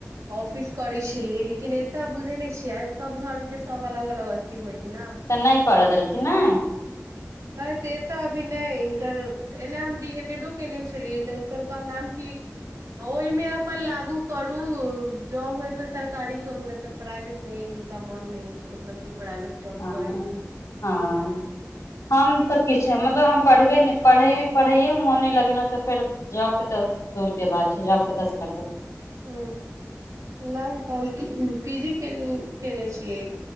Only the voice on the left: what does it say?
च नहि कर दल कि नै
हँ
हँ हम त किछु मतलब हम पढ़बे नहि पढ़ैएमे मोन नहि लगेलहुँ तऽ फेर जॉबके तऽ दूरके बात छै जॉब कतऽसँ करबौ